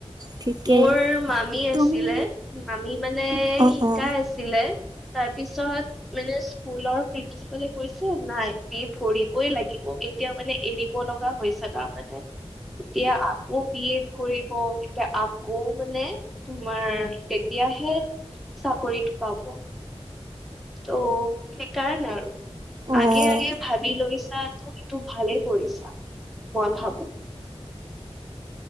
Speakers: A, on the right (about 35°); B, in the centre.
A: ঠিকেই
B: মোৰ মামী
A: তুমি
B: আছিলে মামী মানে
A: অ',
B: শিকাই
A: অ',
B: আছি লে তাৰপিছত মানে স্কুলৰ প্ৰি প্ৰিঞ্চিপালে কৈছে নাই বি এড কৰিবই লাগিব, এতিয়া মানে এৰিব লগা হৈছে তাৰমানে। তেতিয়া আকৌ বি এড কৰিব আকৌ মানে তোমাৰ তেতিয়াহে চাকৰিটো পাব। ত' সেইকাৰণে আৰু,
A: অ'।
B: আগে আগে ভাবি লৈছা তো সেইটো ভালে কৰিছা, মই ভাবো।